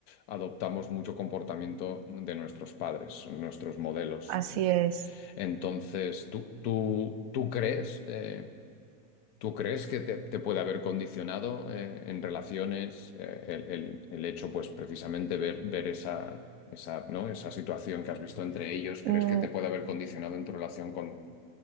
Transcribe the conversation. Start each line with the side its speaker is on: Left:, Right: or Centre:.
Left: adoptamos mucho comportamiento de nuestros padres, nuestros modelos.
Right: <laughs> Así es.
Left: Entonces, ¿tú, tú, tú crees? eh, ¿Tú crees que te, te puede haber condicionado eh, en relaciones eh, el, el- el hecho, pues precisamente ver, ver esa, esa, ¿no? esa situación que has visto entre ellos? ¿Crees
Right: Mm,
Left: que te puede haber condicionado en tu relación con,